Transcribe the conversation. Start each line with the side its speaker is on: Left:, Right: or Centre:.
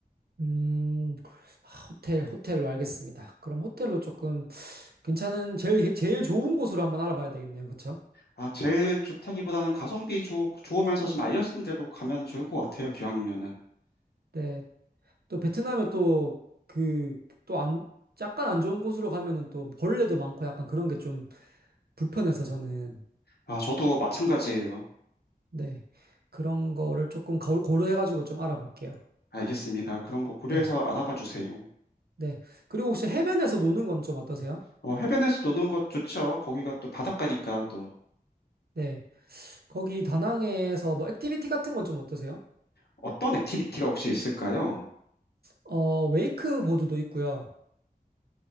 Right: 음, 아, 호텔, 호텔로 알겠습니다. 그럼 호텔로 조금 괜찮은, 제일, 제일 좋은 곳으로 한번 알아봐야 되겠네요. 그쵸?
Left: 아, 제일 좋다기보다는 가성비 좋, 좋으면서 좀 알려진 대로 가면 좋을 것 같아요. 기왕이면은.
Right: 네. 또 베트남에 또 그, 또 안, 약간 안 좋은 곳으로 가면은 또 벌레도 많고 약간 그런 게 좀 불편해서 저는,
Left: 아, 저도 마찬가지예요.
Right: 네. 그런 거를 조금 거- 고려해가지고 좀 알아볼게요.
Left: 알겠습니다. 그런 거 고려해서
Right: 네.
Left: 알아봐 주세요.
Right: 네. 그리고 혹시 해변에서 노는 건 좀 어떠세요?
Left: 어, 해변에서 노는 것 좋죠. 거기가 또 바닷가니까 또
Right: 네. 거기 다낭에서 뭐 액티비티 같은 건 좀 어떠세요?
Left: 어떤 액티비티가 혹시 있을까요?
Right: 어, 웨이크보드도 있고요.